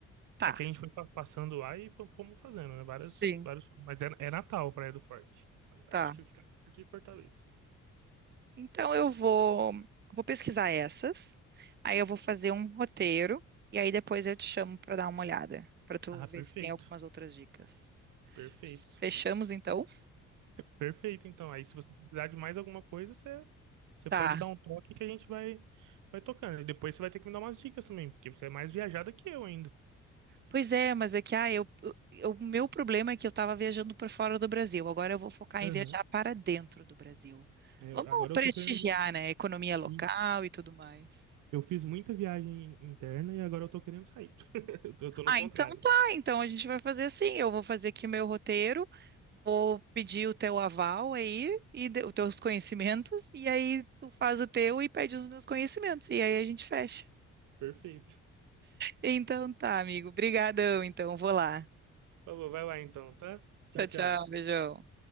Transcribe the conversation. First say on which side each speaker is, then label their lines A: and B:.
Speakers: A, on the right; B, on the right.
A: tá.
B: É que a gente foi fa- passando lá e fo- fomos fazendo, né? Várias,
A: Sim,
B: vários, mas é, é Natal, Praia do Forte.
A: tá.
B: Acho que fica perto de Fortaleza.
A: Então eu vou, vou pesquisar essas, aí eu vou fazer um roteiro e aí depois eu te chamo para dar uma olhada, para tu
B: Ah,
A: ver
B: perfeito.
A: se tem algumas outras dicas.
B: Perfeito.
A: Fechamos então?
B: Perfeito, então. Aí se você precisar de mais alguma coisa, você, você
A: Tá.
B: pode dar um toque que a gente vai, vai tocando. E depois você vai ter que me dar umas dicas também, porque você é mais viajada que eu ainda.
A: Pois é, mas é que ah, eu, eu- o meu problema é que eu estava viajando para fora do Brasil. Agora eu vou focar
B: Aham.
A: em viajar para dentro do Brasil.
B: Eu-
A: Vamos
B: agora
A: prestigiar,
B: eu tô querendo.
A: né, a economia
B: Sim.
A: local e tudo mais.
B: Eu fiz muita viagem interna e agora eu tô querendo sair. <laughs> Eu tô, eu tô no
A: Ah,
B: contrário.
A: então tá. Então a gente vai fazer assim. Eu vou fazer aqui meu roteiro, vou pedir o teu aval aí e de- os teus conhecimentos, e aí tu faz o teu e pede os meus conhecimentos, e aí a gente fecha.
B: Perfeito.
A: Então tá, amigo. Obrigadão, então. Vou lá.
B: Por vai lá então, tá?
A: Tchau,
B: Tchau, tchau.
A: tchau. Beijão.